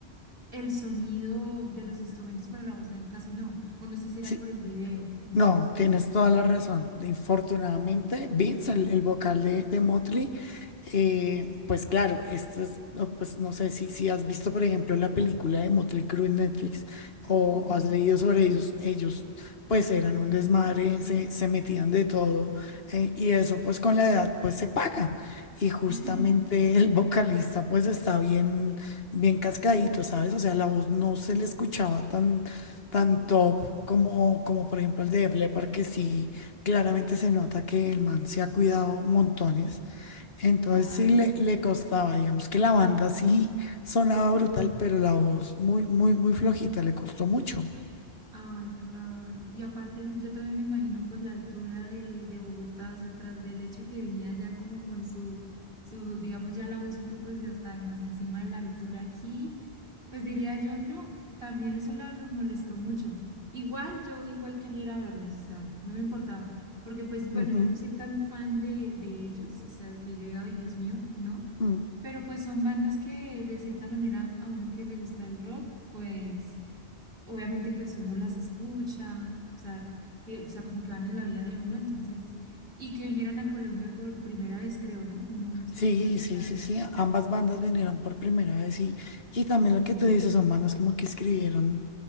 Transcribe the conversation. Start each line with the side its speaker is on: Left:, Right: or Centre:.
Right: el sonido de los instrumentos, para la voz de él casi no. O no sé si era
Left: Sí,
Right: por el video, no
Left: No,
Right: sé.
Left: tienes toda la razón. Infortunadamente, Vince,
Right: Ah,
Left: el, el vocal de, de Motley,
Right: sí,
Left: eh, pues claro, esto es, no, pues no sé si, si has visto, por ejemplo, la película de Motley Crue en Netflix o,
Right: <laughs> sí,
Left: o has leído sobre ellos. Ellos, pues eran un desmadre, se, se metían de todo eh, y
Right: claro.
Left: eso, pues con la edad, pues se paga. Y justamente
Right: <laughs> Sí,
Left: el <laughs> vocalista, pues está bien, bien cascadito, ¿sabes? O sea, la voz no se le escuchaba tan tan top como, como por ejemplo el de Def Leppard, que sí, claramente se nota que el man se ha cuidado montones. Entonces
Right: claro.
Left: sí le, le costaba, digamos que la banda sí sonaba brutal, pero la voz muy, muy, muy flojita, le costó mucho.
Right: Ay, claro. Y aparte, yo también me imagino pues la altura de, de Bogotá, o sea, tras del hecho que venía ya como con su, su, digamos, ya la voz un poco desgastada y más encima de la altura aquí. Pues diría yo, no, también eso la, lo molestó mucho. Igual yo igual quería ir a verlos, o sea, no me importaba, porque pues
Left: Ujú.
Right: bueno, yo no soy tan fan de, de ellos, o sea, que yo diga, ay, Dios mío, no,
Left: Mm.
Right: pero pues son bandas que de cierta manera a uno que le gusta el rock, pues obviamente pues uno las escucha, o sea, tie- o sea, como que van en la vida de uno, entonces, y que vinieran a Colombia por primera vez, creo, ¿no? No, no estoy
Left: Sí,
Right: seguro si
Left: sí,
Right: ya,
Left: sí, sí. Ambas bandas vinieron por primera vez y, y también
Right: sí,
Left: lo que tú dices son bandas como que escribieron